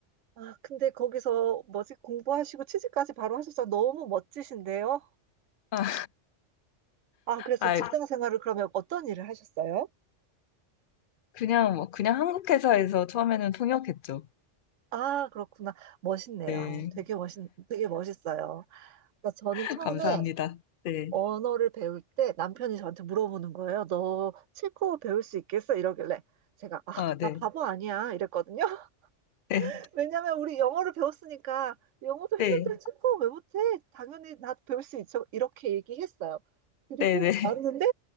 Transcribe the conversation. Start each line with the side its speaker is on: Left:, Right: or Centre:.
Right: 아, 근데 거기서 뭐지, 공부하시고 취직까지 바로 하셨어. 너무 멋지신데요?
Left: 아,
Right: 아, 그래서
Left: 아,
Right: 직장 생활을 그러면 어떤 일을 하셨어요?
Left: 그냥, 뭐, 그냥 한국 회사에서 처음에는 통역했죠.
Right: 아, 그렇구나. 멋있네요.
Left: 네.
Right: 되게 멋있, 되게 멋있어요. 그러니까 저는
Left: <laughs>
Right: 처음에
Left: 감사합니다. 네.
Right: 언어를 배울 때 남편이 저한테 물어보는 거예요. 너 체코어 배울 수 있겠어? 이러길래 제가 아,
Left: 아, 네.
Right: 나 바보 아니야 이랬거든요.
Left: 네.
Right: <laughs> 왜냐면 우리 영어를 배웠으니까 영어도 했는데
Left: 네.
Right: 체코어 왜 못해? 당연히 나 배울 수 있어. 이렇게 얘기했어요. 그리고
Left: 네네.
Right: 왔는데